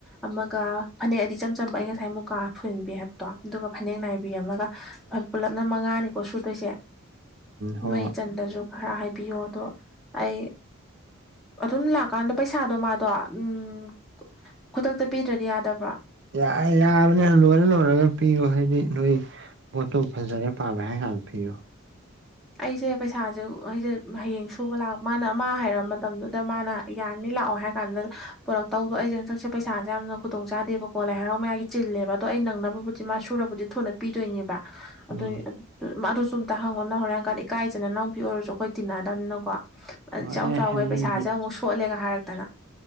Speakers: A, in the centre; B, on the right (about 55°).
A: ꯑꯃꯒ ꯐꯅꯦꯛ ꯑꯗꯤ ꯆꯝ ꯆꯝꯕ ꯑꯩ ꯉꯁꯥꯏ ꯃꯨꯛꯀꯥ ꯐꯨꯍꯟꯕꯤ ꯍꯥꯏꯕꯗꯣ ꯑꯗꯨꯒ ꯐꯅꯦꯛ ꯅꯥꯏꯕꯤꯝ ꯑꯃꯒ ꯄꯨꯜꯂꯞꯅ ꯃꯉꯥꯅꯤꯀꯣ ꯁꯨꯗꯣꯏꯁꯦ
B: ꯍꯣꯏ
A: ꯅꯣꯏ ꯏꯆꯟꯗꯁꯨ ꯈꯔ ꯍꯥꯏꯕꯤꯌꯣ ꯑꯗꯣ ꯑꯩ ꯑꯗꯨꯝ ꯂꯥꯛꯀꯥꯟꯗ ꯄꯩꯁꯥꯗꯣ ꯃꯥꯗꯣ ꯎꯝ ꯈꯨꯗꯛꯇ ꯄꯤꯗ꯭ꯔꯗꯤ ꯌꯥꯗꯕ꯭ꯔꯥ
B: ꯌꯥ ꯌꯥꯕꯅꯦ ꯂꯅ ꯂꯣꯏꯔꯒ ꯄꯤꯌꯣ ꯍꯥꯏꯗꯤ ꯅꯣꯏ ꯄꯣꯠꯇꯣ ꯐꯖꯔꯦ ꯄꯥꯝꯃꯦ ꯍꯥꯏ ꯉꯥꯛꯄꯤꯌꯨ
A: ꯑꯩꯁꯦ ꯄꯩꯁꯥꯁꯦ ꯑꯩꯁꯦ ꯍꯌꯦꯡ ꯁꯨꯕ ꯂꯥꯛꯄ ꯃꯥꯅ ꯑꯃ ꯍꯥꯏꯔ ꯃꯇꯝꯗꯨꯗ ꯃꯥꯅ ꯌꯥꯅꯤ ꯂꯥꯛꯑꯣ ꯍꯥꯏ ꯀꯥꯟꯗ ꯄꯨꯂꯛ ꯇꯧꯗꯣ ꯑꯩꯁꯦ ꯍꯟꯁꯛꯁꯦ ꯄꯩꯁꯥꯁꯦ ꯌꯥꯝꯅ ꯈꯨꯗꯣꯡꯆꯥꯥꯗꯦꯕꯀꯣ ꯂꯥꯏ ꯍꯔꯥꯎ ꯃꯌꯥꯒꯤ ꯆꯤꯜꯂꯦꯕ ꯑꯣ ꯑꯩ ꯅꯪꯅꯕꯕꯨꯗꯤ ꯃꯥ ꯁꯨꯔꯕꯨꯗꯤ ꯊꯨꯅ ꯄꯤꯗꯣꯏꯅꯦꯕ ꯑꯗꯨ
B: ꯎꯝ
A: ꯑꯗꯨꯁꯨ ꯑꯝꯇ ꯍꯪꯉꯣꯅ ꯍ ꯏꯪꯀ ꯏꯀ ꯏꯆꯤꯟ ꯏꯅꯥꯎꯄꯤ ꯑꯣꯏꯔꯁꯨ ꯑꯩꯈꯣꯏ ꯇꯤꯟꯅꯗꯕꯅꯤꯀꯣ
B: ꯍꯣꯏ
A: ꯆꯥꯎ
B: ꯑꯦ
A: ꯆꯥꯎꯈꯦ
B: ꯍꯥꯏꯕꯗꯤ
A: ꯄꯩꯁꯥꯁꯦ ꯑꯃꯨꯛ ꯁꯣꯠꯂꯦꯒ ꯍꯥꯏꯔꯛꯇꯅ